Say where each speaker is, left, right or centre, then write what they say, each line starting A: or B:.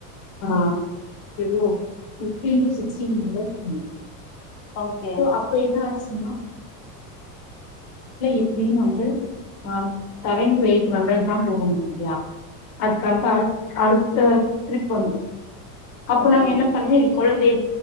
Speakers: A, on the left (about 50°); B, on the left (about 85°).
A: அஹ் ஆ எவ்ளோ ஃபிஃப்டீன் டி சிஸ்க்டீன் <unintelligible>
B: ஓகே
A: அப்ப என்ன ஆச்சு எப்டியும் வந்து ஆ செவன் எயிட் மெம்பர்ஸ் தான் போக முடியா அதுக்கடுத்து
B: ஆ
A: அடுத் அடுத் ஆ ட்ரிக் பண்றோ அப்போ
B: ஓகே
A: நாங்க என்ன பண்ணி குழந்தை